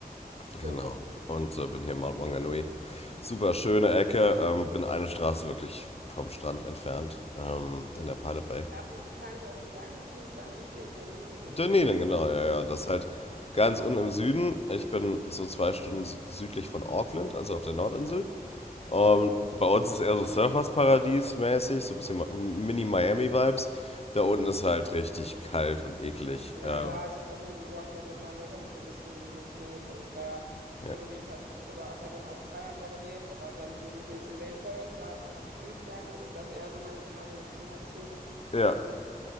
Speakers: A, on the right (about 85°); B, on the left (about 40°).
A: Cool.
B: Genau. Und äh, bin hier in Mount Maunganui. Super schöne Ecke. Ähm, bin eine Straße wirklich vom Strand entfernt ähm, in der Pilot Bay.
A: Ich habe eine Bekannte in Dunedin, Dunedin, Dunedin, irgendwie
B: Dunedin,
A: sowas da.
B: genau, ja, ja. Das
A: Ja,
B: ist halt ganz unten im Süden. Ich bin so zwei Stunden sü- südlich von Auckland, also auf der Nordinsel. Und
A: ja
B: bei uns ist eher so Surfersparadies mäßig, so ein bisschen Ma- Mini-Miami-Vibes. Da unten ist
A: cool.
B: halt richtig kalt und eklig.
A: Ja,
B: Ähm,
A: ja, ich habe auch schon gesagt, die hat mich mal in Deutschland besucht. Ich so, nee, muss nicht. Also ich war ja
B: ja.
A: irgendwie fast über acht Jahre in Australien, habe da gelebt, aber dann so im Daintree Rainforest, da fahren aus Queensland, also das eher so meine, meine Klimazone.
B: ja,